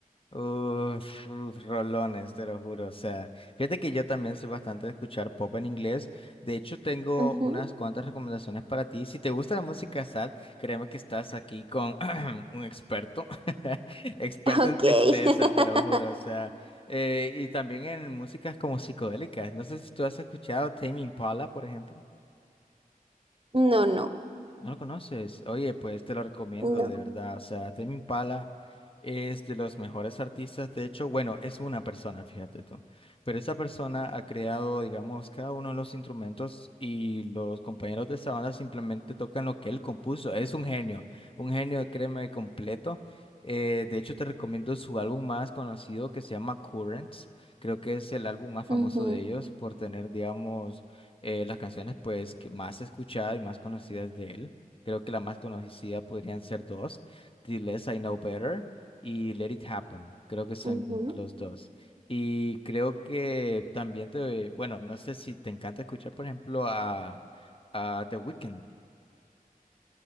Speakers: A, on the left; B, on the right.
A: Uf, uf, rolones, te lo juro. O sea, fíjate que yo también soy bastante de escuchar pop en inglés. De hecho, tengo
B: <laughs> Ujú,
A: unas cuantas recomendaciones para ti. Si te gusta la música sad, créeme que estás aquí con <clears throat> un experto, <laughs> experto
B: Ok.
A: en tristeza,
B: <laughs>
A: te lo juro. O sea, eh, y también en músicas como psicodélicas. No sé si tú has escuchado Tame Impala, por ejemplo.
B: No, no,
A: ¿No lo conoces? Oye, pues te lo recomiendo,
B: no.
A: de verdad. O sea, Tame Impala es de los mejores artistas. De hecho, bueno, es una persona, fíjate tú. Pero esa persona ha creado, digamos, cada uno de los instrumentos y los compañeros de esa banda simplemente tocan lo que él compuso. Es un genio, un genio, créeme, completo. Eh, de hecho, te recomiendo su álbum más conocido que se llama Currents. Creo que es el álbum más famoso
B: Ujú,
A: de ellos por tener, digamos, eh, las canciones pues que más escuchadas y más conocidas de él. Creo que la más conocida podrían ser dos, The Less I Know Better y Let It Happen. Creo que son
B: ujú.
A: los dos. Y creo que también te, bueno, no sé si te encanta escuchar, por ejemplo, a, a The Weeknd.